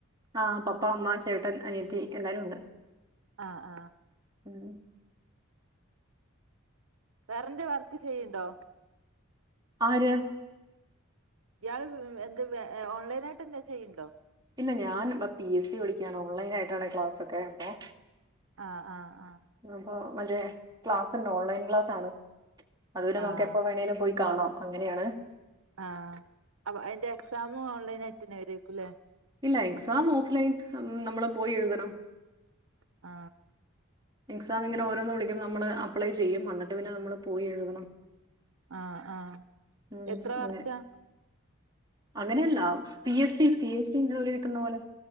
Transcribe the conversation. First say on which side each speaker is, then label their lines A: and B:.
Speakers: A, on the right (about 20°); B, on the right (about 80°).
A: ആഹ് പപ്പ അമ്മ ചേട്ടൻ അനിയത്തി എല്ലാരും ഉണ്ട്
B: ആഹ ആഹ്
A: ഉം
B: വേറെന്റെ വർക്ക് ചെയ്തോ
A: ആര്
B: ഇയാള് എന്ത് ഓൺലൈനായിട്ട് എന്ത് ചെയ്യണ്ടോ
A: ഇല്ല ഞാൻ ഇ പി എസ് സി പഠിക്കയാണ് ഓൺലൈൻ ആയിട്ടാണ് ക്ലാസ് ഒക്കെ കേട്ടോ
B: ആഹ് ആഹ് ആഹ്
A: അപ്പൊ മറ്റേ ക്ലാസ് ഉണ്ട് ഓൺലൈൻ ക്ലാസാണ് അതുവലെ
B: ആഹ്
A: നമുക്ക് എപ്പോ വേണെേലും പോയി കാണാം അങ്ങനെയാണ്
B: ആഹ് അപ്പൊ അതിന്റെ എക്സാ എക്സാമും ഓൺലൈൻ ആയിട്ട് തന്നെ വരക്കുല്ലേ
A: ഇല്ല എക്സാം ഓഫ് ലൈൻ ഉം നമ്മള് പോയി എഴുതണം
B: ആ
A: എക്സാം ഇങ്ങനെ ഓരോന്ന് വിളിക്കുമ്പം നമ്മള് അപ്ലൈ ചെയ്യും അന്നട്ട് പിന്നെ നമ്മള് പോയി എഴുതണം
B: ആഹ് ആഹ്
A: ഉം
B: എത്ര
A: അങ്ങനെ
B: വർഷാ
A: അങ്ങനല്ല P S C P S C ജോലി കിട്ടുന്ന പോലെ